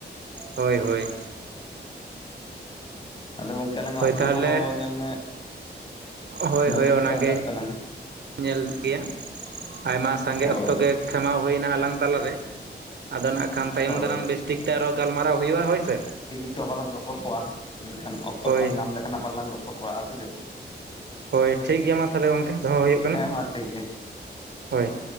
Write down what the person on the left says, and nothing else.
ᱟᱫᱚ ᱜᱚᱝᱠᱮ ᱟᱞᱟᱝ ᱟᱜ
ᱚᱠᱛᱚ
ᱠᱚᱦᱚ ᱧᱮᱞ ᱢᱮ,
ᱵᱟᱹᱱᱩᱜ
ᱦᱟᱛᱟᱲ ᱠᱟᱫ ᱛᱟᱞᱟᱝᱟ?
ᱦᱳᱭ
ᱦᱳᱭ
ᱪᱚ ᱵᱟᱞᱟᱝ ᱨᱚᱯᱚᱲ ᱠᱚᱣᱟ ᱢᱮᱱᱠᱷᱟᱱ ᱚᱠᱛᱚ
ᱠᱚᱞᱟᱝ ᱧᱟᱢ ᱞᱮᱠᱷᱟᱱ ᱵᱟᱞᱟᱝ ᱨᱚᱯᱚᱲ ᱵᱟᱲᱟᱜᱼᱟ᱾ ᱥᱮ ᱪᱮ?
ᱦᱮᱸ ᱢᱟ ᱴᱷᱤᱠ ᱜᱮᱭᱟ